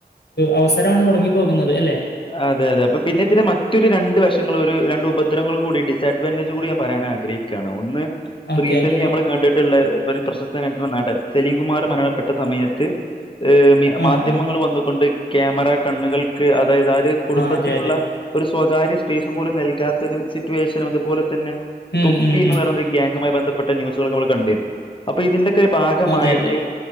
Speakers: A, on the left (about 80°); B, on the left (about 30°).
A: അവസരമാണ് മുടങ്ങി പോകുന്നത് അല്ലെ
B: അതെ അതെ അപ്പൊ പിന്നെ ഇത്തി മറ്റൊരു രണ്ട് വശങ്ങൾ ഒരു രണ്ട് ഉപദ്രങ്ങൾ കൂടി ഡിസ്അഡ്വാൻറേജ് കൂടി ഞാൻ പറയാൻ ആഗ്രഹിക്കയാണ് ഒന്ന് ഇപ്പൊ
A: ഓക്കെ
B: റസന്റ്ലി
A: ഓക്കെ
B: നമ്മള് കണ്ടിട്ടുള്ള ഒരു പ്രശസ്തനായിട്ടുള്ള നടൻ സലീം കുമാർ മരണപ്പെട്ട സമയത്ത് ഹ്
A: ആ
B: മാധ്യമങ്ങൾ
A: ആ
B: വന്നുകൊണ്ട് ക്യാമറ കണ്ണുകൾക്ക് അതായത് ആ ഒരു കുടുംബത്തിനുള്ള
A: അതെ അതെ
B: ഒരു സ്വകാര്യ സ്പേസ് പോലും നൽകാത്ത ഒരു സിറ്റുവേഷനും അതുപോലെ
A: ഉം
B: തൊപ്പി
A: ഉം
B: എന്ന്
A: ഉം
B: പറയ ഗാങ്ങുമായി ബന്ധപ്പെട്ട ന്യൂസൊ നമ്മ കണ്ട് അപ്പോ ഇതിന്റെ ഭാഗമായിട്ട്
A: അതെ അതെ അതെ